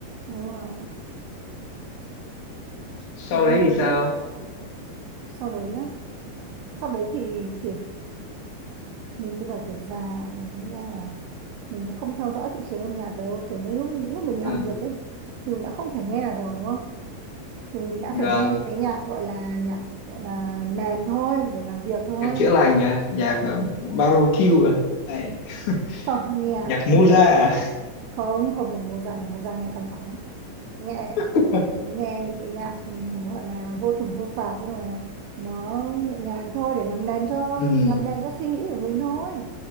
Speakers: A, on the right; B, on the left.
A: đúng rồi
B: Sau
A: còn ai
B: đấy thì
A: nữa
B: sao?
A: sau đấy á sau đấy thì kiểu mình bây giờ kiểu già rồi nên là mình cũng không theo dõi thị trường âm nhạc đâu kiểu như lúc những lúc mình làm
B: Ừ.
A: việc ấy thì mình đã không thể nghe rồi đúng không thì mình đã
B: Gần.
A: phải nghe những cái nhạc gọi là nhạc gọi là nền thôi để làm việc thôi
B: Nhạc chữa lành à, nhạc ờ, barbecue à. Đấy. <laughs>
A: không nhạc
B: Nhạc Moza
A: kiểu
B: à.
A: không không nhạc mùa dài mùa dài ngày càng thẳng nghe
B: <laughs>
A: nghe những cái nhạc ừ, gọi là vô thưởng vô phạt nhưng mà nó nhẹ nhàng thôi để làm đèn cho
B: Ừ.
A: làm đèn cho suy nghĩ của mình thôi